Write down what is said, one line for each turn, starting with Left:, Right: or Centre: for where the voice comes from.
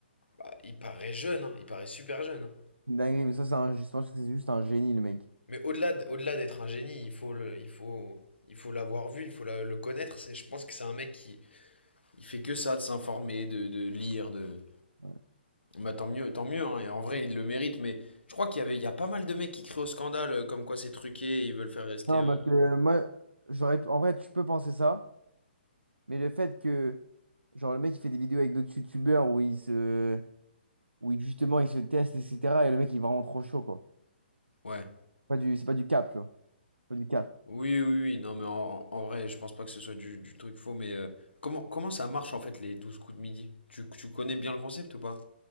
Left: Bah, il paraît jeune, hein, il paraît super jeune. hein.
Right: C'est une dinguerie, mais ça, c'est un, je pense que c'est juste un génie, le mec.
Left: Mais au-delà d- au-delà d'être un génie, il faut le, il faut, il faut l'avoir vu, il faut la- le connaître. C'est, je pense que c'est un mec qui, il fait que ça, de s'informer, de, de lire, de.
Right: Ouais.
Left: Bah tant mieux, tant mieux. hein, et en vrai, il le mérite. Mais je crois qu'il y avait, il y a pas mal de mecs qui crient au scandale, euh, comme quoi c'est truqué, et ils veulent faire rester.
Right: Non,
Left: euh,
Right: parce que euh, moi, j'aurais, en vrai, tu peux penser ça, mais le fait que, genre, le mec, il fait des vidéos avec d'autres youtubeurs où il se, où il, justement, il se teste, etc. Et le mec, il est vraiment trop chaud, quoi.
Left: Ouais.
Right: Pas du, c'est pas du cap, tu vois. Pas du cap.
Left: Oui, oui, oui. Non, mais en, en vrai, je pense pas que ce soit du, du truc faux. Mais euh, comment, comment ça marche en fait les 12 coups de midi? Tu, tu connais bien le concept ou pas?